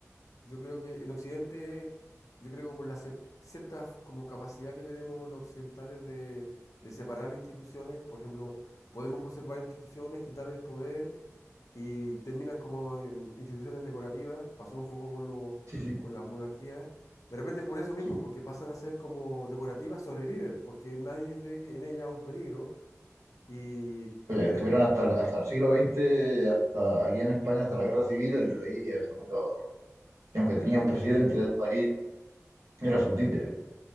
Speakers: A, on the left (about 85°); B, on the right (about 70°).
A: Yo creo que en Occidente, yo creo que por la ce- cierta como capacidad que tenemos los occidentales de, de separar las instituciones, por ejemplo, podemos conservar instituciones, quitar el poder y terminan como en instituciones decorativas. Pasó un poco con lo-
B: Sí, sí.
A: con las monarquías. De repente por eso mismo,
B: Sí.
A: porque pasan a ser como decorativas, sobreviven, porque nadie ve que en ellas un peligro. Y,
B: Oye, estuvieron
A: pero
B: hasta el, hasta el siglo XX, hasta aquí en España, hasta la guerra civil, el rey es el que mandaba. Y aunque
A: el
B: tenía
A: rey...
B: un presidente
A: te-
B: del país, era su títere,